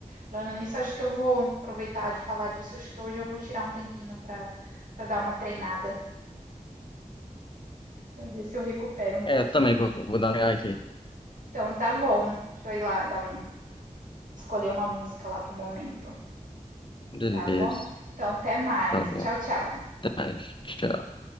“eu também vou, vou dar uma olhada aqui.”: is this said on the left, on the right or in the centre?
Left